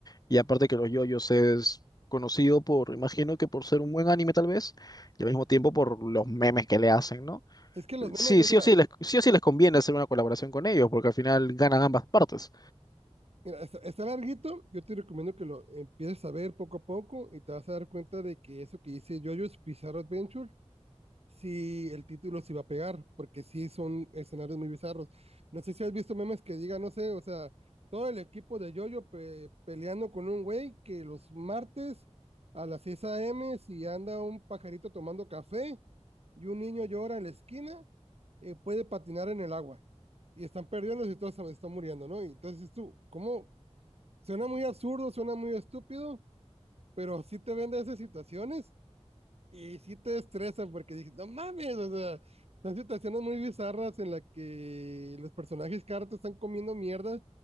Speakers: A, on the left; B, on the right.
A: Y aparte que los yoyos es conocido por, imagino que por ser un buen anime tal vez, y al mismo tiempo por los memes que le hacen, ¿no?
B: Es que los memes,
A: Sí,
B: güey,
A: sí
B: mira,
A: o sí les, sí o sí les conviene hacer una colaboración con ellos, porque al final ganan ambas partes.
B: mira, está, está larguito. Yo te recomiendo que lo empieces a ver poco a poco y te vas a dar cuenta de que eso que dice JoJo's Bizarre Adventure si el título se iba a pegar, porque sí son escenarios muy bizarros. No sé si has visto memes que digan, no sé, o sea, todo el equipo de Yoyo pe- peleando con un güey que los martes a las 6 a.m. si anda un pajarito tomando café y un niño llora en la esquina, eh, puede patinar en el agua. Y están perdiendo y todos se- están muriendo, ¿no? Y entonces tú, ¿cómo? Suena muy absurdo, suena muy estúpido, pero sí te vende esas situaciones y sí te estresa porque dices, no mames, o sea, son situaciones muy bizarras en las que los personajes cartas están comiendo mierda